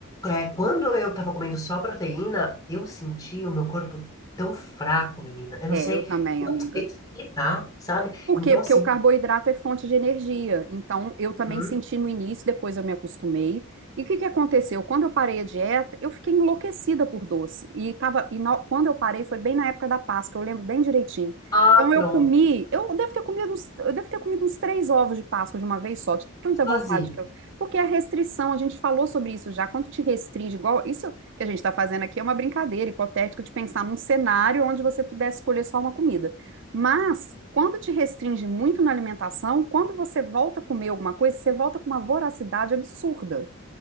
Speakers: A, on the left; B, on the right.
A: é, quando eu tava comendo só proteína, eu senti o meu corpo tão fraco, menina. Eu
B: É,
A: não sei,
B: eu também,
A: não
B: amiga.
A: sei te explicar, sabe?
B: Por
A: Então,
B: quê? Porque
A: assim,
B: o carboidrato é fonte de energia. Então, eu também
A: uhum.
B: senti no início, depois eu me acostumei. E o que que aconteceu? Quando eu parei a dieta, eu fiquei enlouquecida por doce. E, tava, e na- quando eu parei, foi bem na época da Páscoa, eu lembro bem direitinho.
A: Ah,
B: Então,
A: pronto,
B: eu comi, eu devo ter comido uns, eu devo ter comido uns três ovos de Páscoa de uma vez só, de tanta vontade
A: sozinho.
B: que eu. Porque a restrição, a gente falou sobre isso já, quando te restringe, igual isso que a gente está fazendo aqui é uma brincadeira hipotética de pensar num cenário onde você pudesse escolher só uma comida. Mas, quando te restringe muito na alimentação, quando você volta a comer alguma coisa, você volta com uma voracidade absurda.